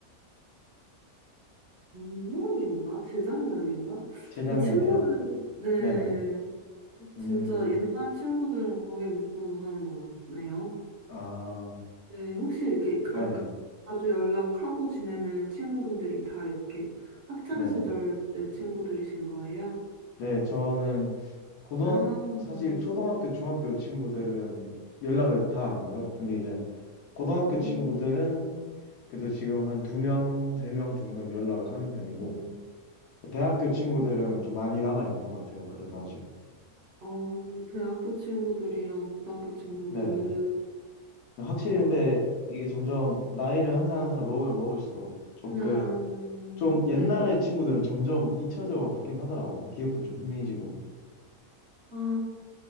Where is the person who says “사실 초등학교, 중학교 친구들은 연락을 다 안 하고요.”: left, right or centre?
Left